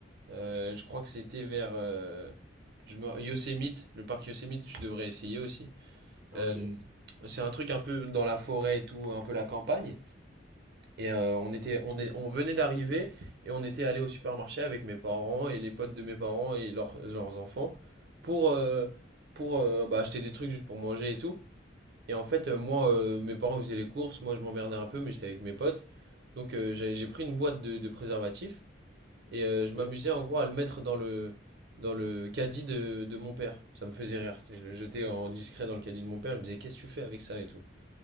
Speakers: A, on the right (about 55°); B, in the centre.
A: euh, je crois que c'était vers euh, je me- Yosemite, le parc Yosemite, tu devrais essayer aussi.
B: ah,
A: Euh,
B: ok.
A: c'est un truc un peu dans la forêt et tout, un peu la campagne. Et euh, on était,
B: Ouais.
A: on est, on venait d'arriver et on était allé au supermarché avec mes parents et les potes de mes parents et leurs, leurs enfants pour euh, pour euh, bah, acheter des trucs juste pour manger et tout. Et en fait, euh, moi, euh, mes parents faisaient les courses, moi je m'emmerdais un peu, mais j'étais avec mes potes. Donc euh, j'ai j'ai pris une boîte de, de préservatifs et euh,
B: Ok.
A: je m'amusais en gros à le mettre dans le, dans le caddie de, de mon père. Ça me faisait rire. tu sais, Je le jetais en discret dans le caddie de mon père, je me disais qu'est-ce que tu fais avec ça et tout.